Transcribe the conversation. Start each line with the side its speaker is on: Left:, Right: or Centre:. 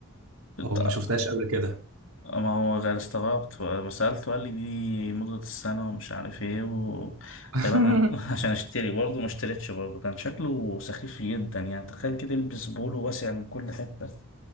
Left: أنت-
Right: أو ما شفتهاش قبل كده
Left: ما هو غير استغربت ما سألته قال لي دي مدة السنة ومش عارف إيه و...
Right: <laughs>
Left: طبعا <laughs> عشان أشتري برضه ما اشتريتش برضه كان شكله سخيف جدا يعني تخيل كده يلبس بولو واسع من كل حتة